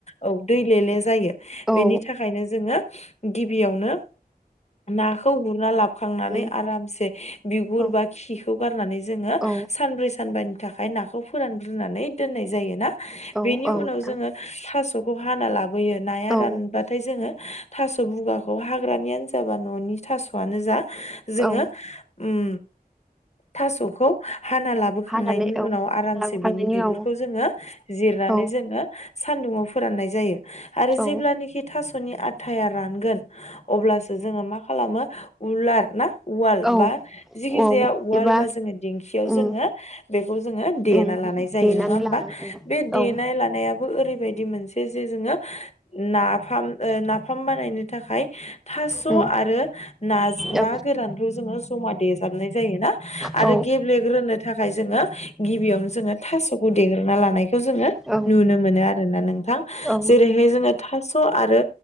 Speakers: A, on the left; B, in the centre.
A: औ दैलेले जायो बेनि
B: औ
A: थाखायनो जोङो गिबियावनो, नाखौ गुरना लाबखांनानै
B: उम
A: आरामसे बिगुर
B: औ
A: बा खिखौ, गारनानै जोङो
B: औ
A: सानब्रै सानबानि थाखाय नाखौ फोरानग्रोनानै दोननाय जायोना
B: औ
A: बेनि
B: औ नोंथां
A: उनाव जोङो थास' खौ हाना लाबोयो नाया
B: औ
A: रानबाथाय जोङो थास' बुगाखौ हाग्रानियानो जा बा न'नि थासआनो जा जोङो
B: औ
A: ओम थासखौ हाना लाबोखांनायनि
B: हानानै औ
A: उनाव आरामसे
B: लाबोखांनायनि
A: बिनि बिगुरखौ
B: उनाव
A: जोङो जिरनानै
B: औ
A: जोङो, सान्दुङाव फोराननाय जायो। आरो
B: औ
A: जेब्लानेखि थास सनि आथाया रान गोन अब्लासो जोङो मा खालामो उलार ना उवाल
B: औ
A: बा जिखि
B: औ
A: जाया उवाल
B: एबा
A: बा जोङो दिंखि याव
B: उम
A: जोङो बेखौ जोङो देना
B: उम
A: लानाय जायो
B: देनानै
A: नङा होमबा
B: लानां
A: बे देनाय
B: औ
A: लानायाबो ओरै बे बायदि मोनसे जे जोङो नाफाम ओ नाफ नाफाम बानायनो थाखाय थासआरो
B: उम
A: नाज
B: औ
A: ना गोरानखौ जोङो जमा देजाबनाय जाय ना आरो
B: औ
A: गेब्लेग्रोनो थाखाय जोङो गिबियावनो जोङो थासखौ देग्रोना लानायखौ जोङो
B: औ
A: नुनो मोनो आरोना नोंथां
B: औ
A: जेरैहाय जोङो थास खौ आरो